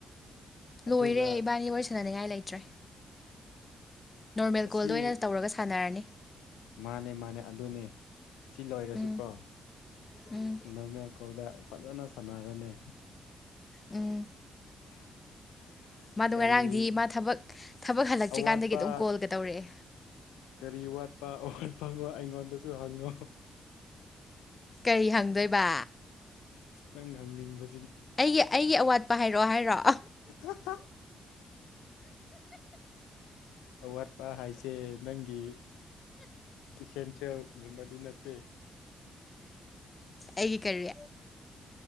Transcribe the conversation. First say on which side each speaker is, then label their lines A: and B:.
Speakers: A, on the left; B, on the left.
A: ꯑꯗꯨꯒ
B: ꯂꯣꯏꯔꯦ ꯏꯕꯥꯅꯤ ꯋꯥꯔꯤ ꯁꯟꯅꯅꯤꯉꯥꯏ ꯂꯩꯇ꯭ꯔꯦ ꯅꯣꯔꯃꯦꯜꯀꯣꯜꯗ
A: ꯑꯁꯤ
B: ꯑꯣꯏꯅ ꯇꯧꯔꯒ ꯁꯥꯟꯅꯔꯅꯤ
A: ꯃꯥꯅꯦ ꯃꯥꯅꯦ ꯑꯗꯨꯅꯦ ꯁꯤ ꯂꯣꯏꯔꯁꯨ
B: ꯎꯝ
A: ꯀꯣ
B: ꯎꯝ
A: ꯅꯣꯔꯃꯦꯜ ꯀꯣꯜꯗ ꯐꯖꯅ ꯁꯥꯟꯅꯔꯅꯤ
B: ꯎꯝ
A: <unintelligible>
B: ꯃꯥꯗꯣ
A: ꯀꯔꯤ
B: ꯉꯔꯥꯡꯗꯤ ꯃꯥ ꯊꯕꯛ ꯊꯕꯛ ꯍꯜꯂꯛꯇ꯭ꯔꯤꯀꯥꯟꯗꯒꯤ
A: ꯑꯋꯥꯠꯄ
B: ꯑꯗꯨꯝ ꯀꯣꯜꯒ ꯇꯧꯔꯛꯑꯦ
A: ꯀꯔꯤ ꯋꯥꯠꯄ ꯑꯣꯋꯥꯠꯄꯁꯨ ꯑꯩꯉꯣꯟꯗꯁꯨ ꯍꯪꯉꯣ
B: ꯀꯩ ꯍꯪꯗꯣꯏꯕ
A: ꯅꯪ ꯍꯪꯅꯤꯡꯕꯥ
B: ꯑꯩꯒꯤ ꯑꯩꯒꯤ ꯑꯋꯥꯠꯄ ꯍꯥꯏꯔꯛꯑꯣ ꯍꯥꯏꯔꯣ
A: <unintelligible> ꯑꯋꯥꯠꯄ ꯍꯥꯏꯁꯦ ꯅꯪꯒꯤ ꯏꯁꯦꯟꯁꯤꯜꯒꯨꯝꯕꯗꯤ ꯅꯠꯇꯦ
B: ꯑꯩꯒꯤ ꯀꯔꯤ